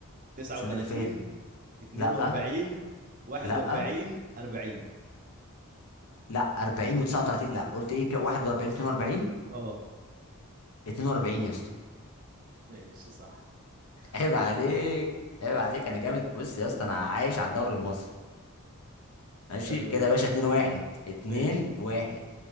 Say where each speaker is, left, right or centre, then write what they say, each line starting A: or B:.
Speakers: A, on the right (about 35°); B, on the left (about 90°).
A: 39
B: السنه اللي فاتت
A: 42
B: لا
A: 41
B: لا
A: 40
B: لا 40 و39 لا قلت ايه ك- 41 42
A: اه
B: 42 يا اسطى
A: ماشي صح
B: عيب
A: <laughs>
B: عليك عيب عليك انا جامد بص يا اسطى انا عايش على الدوري المصري ماشي
A: تمام
B: كده يا باشا 2 1 2
A: ماشي
B: 1